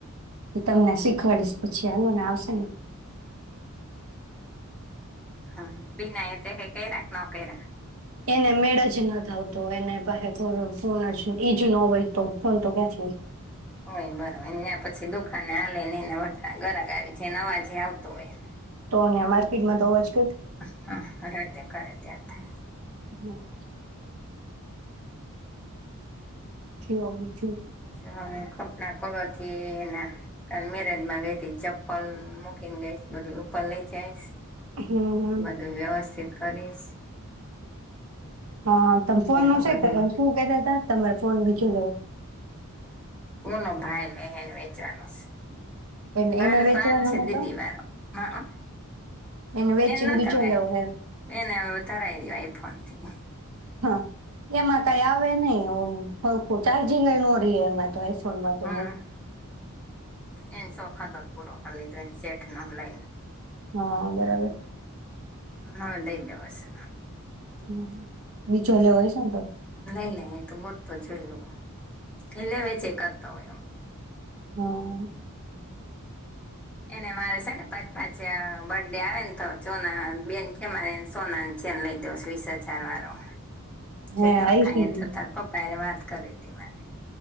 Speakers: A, on the right; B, in the centre.
A: એ તમને શીખવાડીશ પછી હાલો ને આવસ
B: હા બીનાએ તે કઈ કરયા કે નો કરયા?
A: એને મેળ જ નથ આવતો એને પાહે તો ફોન જ ઈજ ન હોય તો ફોન તો કાથી હોય.
B: હોય બરો એન ન્યા પછી દુકાને <inaudible> વતા ગરાક આવી જા નવાજ આવતું હોય.
A: તો અયા માર્કેટમાં તો હોજ
B: <unintelligible> રાતે કરે. ત્યાં થા.
A: <unintelligible> છે <unintelligible>
B: <unintelligible> કપડા પગર થી. ના કાલ મેરેજ માં ગઈ તી ચપ્પલ મૂકીને ગઈત બધું ઉપર લઈ જાઈશ.
A: હમ
B: બધું વ્યવસ્થિત કરીશ.
A: હા તમે ફોનનું
B: એનું
A: <unintelligible>
B: બધું
A: શું કેતા હતા તમે ફોન બી <unintelligible>
B: ઓનો ભાઈ લઈને વેચવાનો છે.
A: એટલે
B: મારે
A: એને વેચવાનો
B: તો આજ છે,
A: હતો
B: દીદી વારો <unintelligible>
A: એને વેચીને
B: તેન ના
A: બીજો
B: થાવે
A: લેવો એમ
B: એના કરાઈ લે આઈ ફોનથી.
A: હા એમાં કઈ આવે નહીં ઓમ <unintelligible> ચારજિંગ એ નો રે એમા.
B: હમ
A: <unintelligible>
B: એને સોખત જ પૂરો કરી લીધોને શેઠ નો લઈને.
A: હા બરાબર.
B: <unintelligible> દેવાશે.
A: હમ. બીજો લેવો હોય છે, ને તો
B: લઈ લે એ તો મોત. <unintelligible> એલેે વે છેે કરતો હોય.
A: હમ્મ.
B: એને મારે છે, ને પાંચ પાંચ આ બર્થ ડે આવેને તો સોના બેન કે મારેને સોના નો ચેન લઈ દો વીસ હજાર વાળો. કેટલો
A: હે આઈશું
B: થાય, એ
A: જ.
B: તો તારા પપ્પા એને વાત કરી હતી માને.